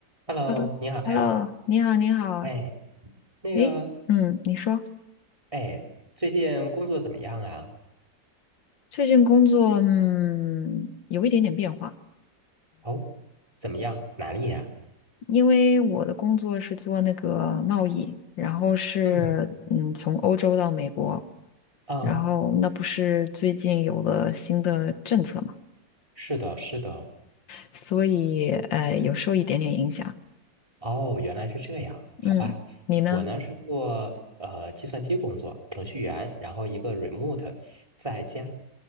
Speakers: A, on the right; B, on the left.
A: Hello，
B: Hello，Hello，
A: 你好呀。
B: 你好，你好，
A: 哎，那个，
B: 诶，嗯，你说
A: 哎，最近工作怎么样啊？
B: 最近工作，嗯，有一点点变化，
A: 哦，怎么样？哪里呀？
B: 因为我的工作是做那个贸易，然后是嗯，
A: 嗯，
B: 从欧洲到美国，
A: 啊，
B: 然后那不是最近有了新的政策嘛，
A: 是的，是的。
B: 所以呃，有受一点点影响。
A: 哦，原来是这样，好吧。
B: 嗯，你呢？
A: 我呢是做呃计算机工作，程序员，然后一个 remote 在家，